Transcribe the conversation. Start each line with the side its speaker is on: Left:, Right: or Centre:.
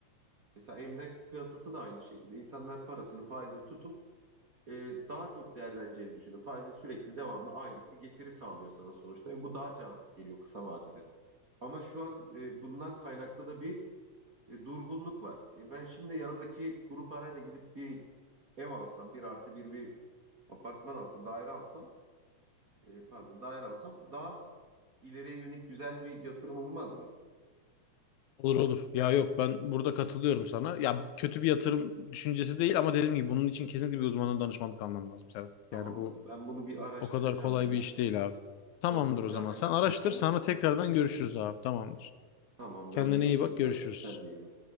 Right: Mesela emlak piyasası da aynı şekilde. İnsanlar parasını faizde tutup e, daha çok değerleneceğini düşünüyor. Faizde sürekli devamlı aylık bir getiri sağlıyor sana sonuçta. Ve bu daha cazip geliyor kısa vadede. Ama şu an e, bundan kaynaklı da bir e, durgunluk var. E, ben şimdi yanımdaki kuru parayla gidip bir ev alsam, bir artı bir bir apartman alsam, daire alsam, e, pardon daire alsam daha ileriye yönelik güzel bir yatırım olmaz mı?
Left: Olur olur. Ya yok ben burada katılıyorum sana. Ya kötü bir yatırım düşüncesi değil ama dediğim gibi bunun için kesinlikle bir uzmanın danışmanlık alman lazım Serhat.
Right: Tamamdır.
Left: Yani bu
Right: Ben bunu bir araştıracağım
Left: o kadar kolay
Right: yine.
Left: bir iş değil abi.
Right: Sonra
Left: Tamamdır
Right: tekrardan
Left: o zaman. Sen
Right: görüşürüz.
Left: araştır
Right: Olur
Left: sonra
Right: mu?
Left: tekrardan görüşürüz abi. Tamamdır.
Right: Tamamdır.
Left: Kendine
Right: Hadi görüşürüz
Left: iyi bak
Right: kanka.
Left: görüşürüz.
Right: Sen de iyi bak.